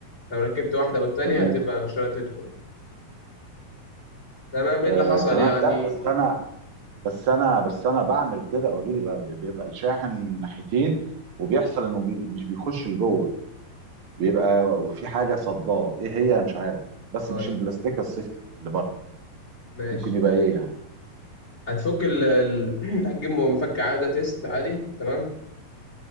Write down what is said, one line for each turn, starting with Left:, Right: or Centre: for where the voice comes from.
Left: لو ركبت واحدة والتانية
Right: تمام
Left: هتبقى مش راضية تدخل، تمام إيه
Right: آه،
Left: اللي حصل
Right: تمام
Left: يعني؟
Right: لا بس انا بس انا بس انا بعمل كده اوريدي بيبقى الشاحن من ناحيتين وبيحصل انه بي مش بيخش لجوه بيبقى في حاجه صداه ايه هي مش عارف بس
Left: طيب
Right: مش البلاستيك السيفتي اللي بره
Left: ماشي،
Right: ممكن يبقى ايه يعني
Left: هتفك ال ال- <clears throat> هتجيب مفك عادة تيست عادي تمام؟